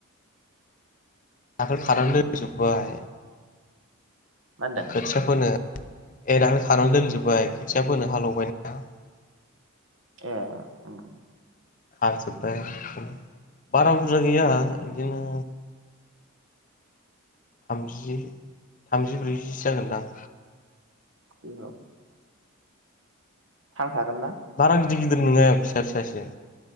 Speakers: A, on the left (about 40°); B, on the right (about 60°).
A: दाखोलै खादोंलै जोब्बाय
B: मा होनदों
A: ओ खोथियाफोनो ए दाखालै खानानै दोनजोब्बाय खोथिया फोनो हालौवबाय ना
B: ए उमह
A: खाजोबबाय आरो बारा बुरजा गैया
B: उम
A: इदिनो थामजि थामजि ब्रैजिसो जागोनदां
B: बैयाव थांफागोन ना
A: बारा गिदिर गिदिर नङा फिसा फिसासो